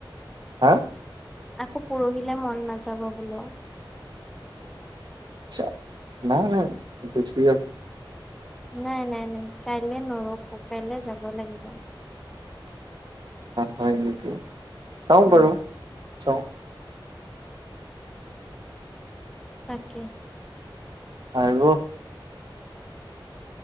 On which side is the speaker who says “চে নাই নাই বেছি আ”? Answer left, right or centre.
Right